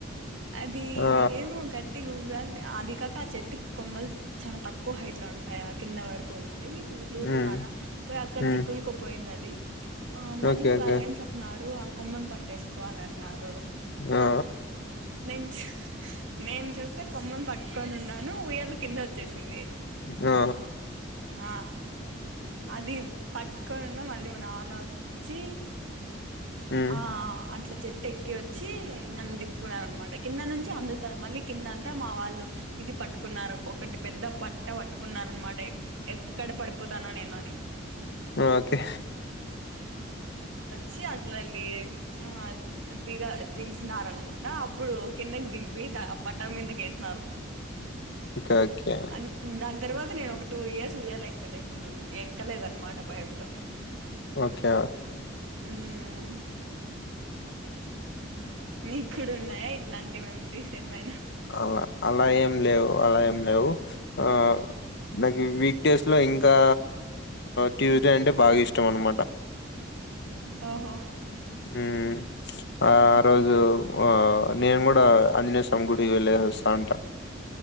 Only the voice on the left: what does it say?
ఆ!
హ్మ్.
హ్మ్.
ఓకే. ఓకే.
ఆ
ఆ
హ్మ్.
హా ఓకే.
ఓకే. ఓకే.
ఓకే అ
అవునా అలా ఏం లేవు అలా ఏం లేవు. ఆ న. వీక్డేస్ లో ఇంకా ట్యూస్డే అంటే బాగా ఇష్టం అన్న మాట.
ఉ ఆ ఆ రోజు ఆ నేను కూడా అంజనేయస్వామి గుడికి వెళ్ళేసి వస్తా అంట.